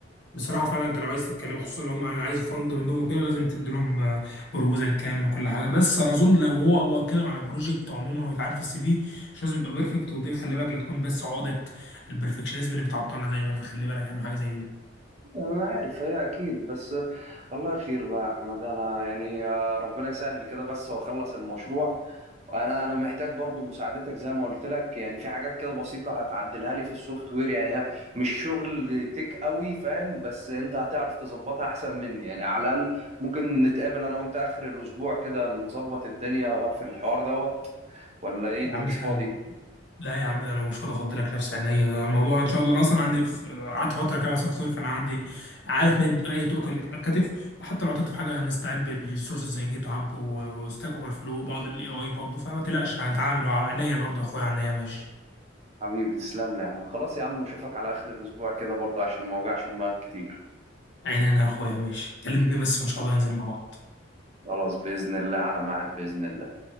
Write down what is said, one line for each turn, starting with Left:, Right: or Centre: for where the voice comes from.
Left: بصراحة فعلا انت لو عايز تتكلم خصوصا لو هم عايز فند منهم وكده لازم تدي لهم بروبوزال كامل وكل حاجة بس انا اظن لو هو هو اتكلم على بروجكت عموما ويتعامل في السي في مش لازم يبقى بيرفكت ودي خلي بالك لا تكون بس عقدة البرفكشنزم اللي بتعطلنا دايما فخلي بالك يعني حاجة زي دي
Right: أنا عارف هي أكيد بس الله خير بقى يا أحمد أنا يعني آه، ربنا يسهل كده بس وأخلص المشروع أنا أنا محتاج برضو مساعدتك زي ما قلت لك يعني في حاجات كده بسيطة هتعدلها لي في السوفت وير يعني ها- مش شغل تيك قوي فاهم بس أنت هتعرف تظبطها أحسن مني يعني على الأقل ممكن نتقابل أنا وأنت آخر الأسبوع كده نظبط الدنيا في الحوار دوت ولا إيه
Left: يا
Right: أنت
Left: عم
Right: مش
Left: سهل
Right: فاضي
Left: لا يا عم ده انا مش فاضي افضلك نفسي عينيا ده الموضوع ان شاء الله انا اصلا عندي في قعدت فتره كده سوفت وير فانا عندي عارف من اي تؤكل الكتف وحتى لو عطلت في حاجه هنستعين بالريسورسز زي جيت هاب وستاك اوفر فلو وبعض الاي اي برضه فما تقلقش هنتعامل عينيا برضه يا اخويا عينيا ماشي
Right: حبيبي تسلم لي يا أحمد خلاص يا عم أشوفك على آخر الأسبوع كده برضه عشان ما أوجعش دماغك كتير
Left: عينيا يا اخويا ماشي كلمني بس وان شاء الله ننزل مع بعض
Right: خلاص بإذن الله على ميعاد بإذن الله